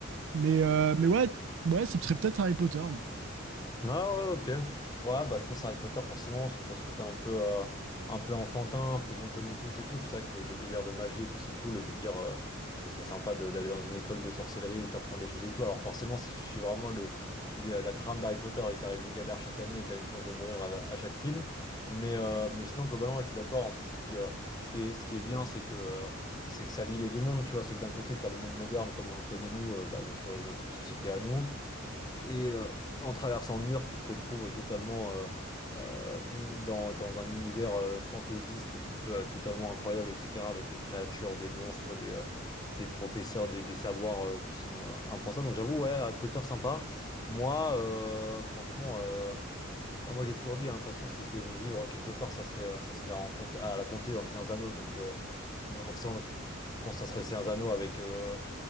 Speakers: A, on the right (about 65°); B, on the left (about 20°).
A: Mais, euh, mais ouais, ouais, ce serait peut-être Harry Potter,
B: Ah ouais, ok. Ouais, bah je pense à Harry Potter forcément, parce que t'as ce côté un peu, euh, un peu enfantin, un peu qu'on connaît tous et tout. Et puis c'est vrai que le, le délire de magie et tout, c'est cool de te dire, euh, ça serait sympa de- d'aller dans une école de sorcellerie où t'apprends des choses et tout. Alors forcément, si tu suis vraiment le, les- la trame d'Harry Potter, il t'arrive une galère chaque année et t'as une chance de mourir à, à chaque film. Mais, euh, mais sinon, globalement, ouais, je suis d'accord. En plus, et puis euh, ce qui est, ce qui est bien, c'est que... euh, c'est que ça lie les deux mondes, tu vois, c'est que d'un côté, t'as le monde moderne comme on le connaît nous, euh, bah, notre, notre société à nous, et euh, en traversant le mur, tu te retrouves totalement euh, euh, dans, dans un univers euh, fantaisiste euh, totalement incroyable, etc. Avec des créatures, des monstres, des, euh, des professeurs, des, des savoirs euh, qui sont euh, impensables. Donc j'avoue, ouais, Harry Potter sympa. Moi, euh, franchement, euh, bah, moi j'ai toujours dit, hein, de toute façon, si je devais vivre quelque part, ça serait, euh, ça serait en, comté- à la comté dans le Seigneur des Anneaux. Donc euh, non, forcément, je pense que ça serait le Seigneur des Anneaux avec... euh,